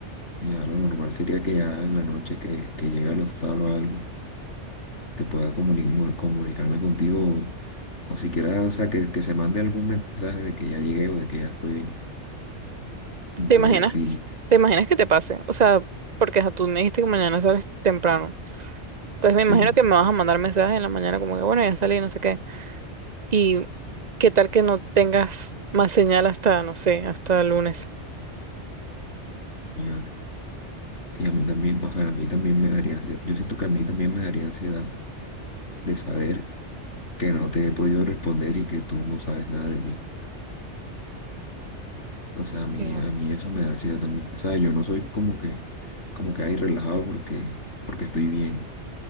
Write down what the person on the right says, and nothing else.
¿Te imaginas?
¿Te imaginas que te pase? O sea, porque ajá, tú me dijiste que mañana sales temprano. Entonces
me imagino que me vas a mandar mensajes en la mañana como que, bueno, ya salí, no sé qué. ¿Y qué tal que no tengas más señal hasta, no sé, hasta el lunes?
Sí.